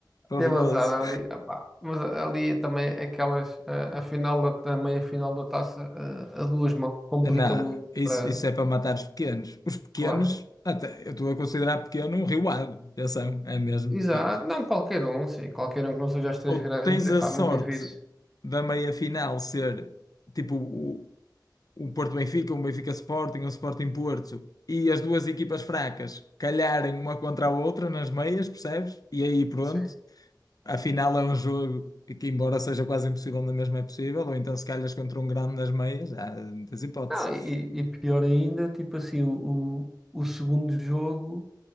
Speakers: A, on the left (about 55°); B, in the centre.
A: fabuloso.
B: Teve azar ali. opá. Mas ali também aquelas, a, a final da, ta- a meia final da taça, a, a duas mãos, complica
A: Não,
B: muito
A: isso,
B: para.
A: isso é para matar os pequenos. Os pequenos,
B: Claro.
A: até, eu estou a considerar pequeno um riuado, atenção, é mesmo.
B: Exato.
A: pá.
B: Não, qualquer um, sim. Qualquer um que não seja as três
A: Ou
B: grandes,
A: tens
B: é
A: a
B: pá,
A: sorte
B: muito difícil.
A: da meia-final ser, tipo, o, o Porto Benfica, um Benfica Sporting, um Sporting Porto e as duas equipas fracas calharem uma contra a outra nas meias, percebes? E aí pronto,
B: Sim.
A: afinal é um jogo que, embora seja quase impossível, na mesma é possível, ou então se calhas contra um grande nas meias, há muitas hipóteses
B: Não, e, e pior ainda, tipo assim, o, o, o segundo jogo